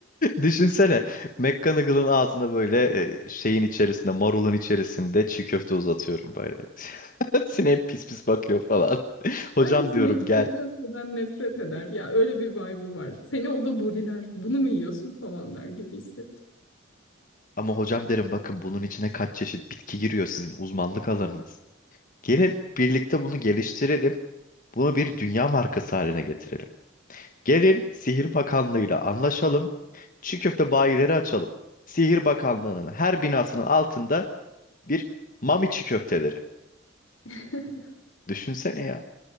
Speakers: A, on the left; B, on the left.
A: düşünsene McGonagall'ın ağzına böyle e, şeyin içerisinde marulun içerisinde çiğ köfte uzatıyorum böyle. <laughs> Snape pis pis bakıyor falan. <laughs> Hocam
B: Bence sinek
A: diyorum gel.
B: çiğ köfteden nefret eder. Ya öyle bir vibe'ı var. Seni o da buriler. Bunu mu yiyorsun falan der gibi hissettim.
A: Ama hocam derim bakın bunun içine kaç çeşit bitki giriyor sizin uzmanlık alanınız. Gelin birlikte bunu geliştirelim. Bunu bir dünya markası haline getirelim. Gelin Sihir Bakanlığı'yla anlaşalım. çiğ köfte bayileri açalım. Sihir Bakanlığı'nın her binasının altında bir mami çiğ köfteleri.
B: <laughs>
A: Düşünsene ya.